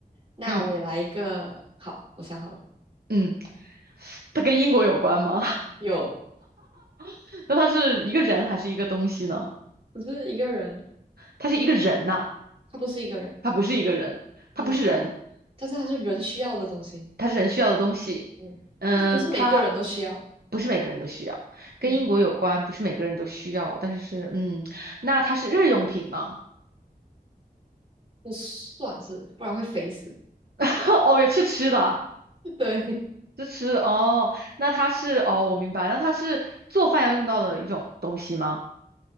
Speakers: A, on the right; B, on the right.
A: 那我也来一个。
B: 嗯
A: 好，我想好了，
B: 嗯，它跟英国有关吗？
A: 有，
B: <laughs> 那它是一个人还是一个东西呢？
A: 不是一个人，
B: 它是一个人呐、
A: 他不是一个人，
B: 它不是一个人，它不是人，
A: 嗯，但是他是人需要的东西，
B: 它是人需要的东西。
A: 嗯，
B: 嗯、
A: 但是不是每个人都需要，
B: 它不是每个人都需要，跟英国有关，
A: 嗯，
B: 不是每个人都需要，但是是嗯，那它是日用品吗？
A: 不算是，不然会肥死。
B: <laughs> 哦，也是吃的。
A: <laughs> 对，
B: 这吃的哦，那它是哦，我明白，那它是做饭要用到的一种东西吗？